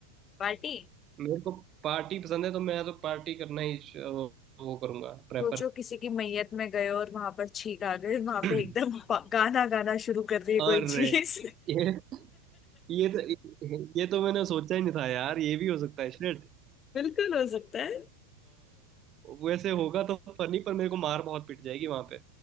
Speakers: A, on the left; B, on the right.
A: पार्टी
B: मेरे को पार्टी पसंद है तो मैं तो पार्टी करना ही श- वो, वो करूंगा प्रेफर
A: सोचो किसी की मैयत में गए और वहां पर छींक आ गई वहां
B: <clears throat>
A: पे एकदम प- गाना गाना शुरू कर दिए
B: अरे
A: कोई चीज
B: ये ये तो ये तो मैंने सोचा ही नहीं था यार ये भी हो सकता है शिट
A: बिल्कुल हो सकता है
B: वैसे होगा तो फनी पर मेरे को मार बहुत पिट जाएगी वहां पे